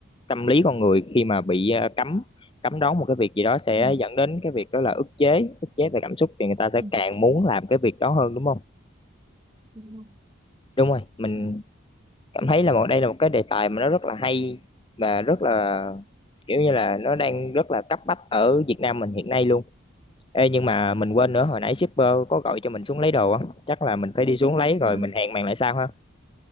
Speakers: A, on the left (about 25°); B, on the right (about 25°).
A: tâm lý con người khi mà bị ờ, cấm cấm đoán một cái việc gì đó sẽ
B: ừ.
A: dẫn đến cái việc đó là ức chế, ức chế về cảm xúc thì người ta sẽ
B: Ừ.
A: càng muốn làm cái việc đó hơn đúng không?
B: Đúng không?
A: Đúng rồi, mình
B: Đúng.
A: cảm thấy là một đây là một cái đề tài mà nó rất là hay và rất là kiểu như là nó đang rất là cấp bách ở Việt Nam mình hiện nay luôn. Ê, nhưng mà mình quên nữa hồi nãy shipper có gọi cho mình xuống lấy đồ á chắc là mình phải đi xuống lấy rồi
B: À,
A: mình hẹn bạn lại sau ha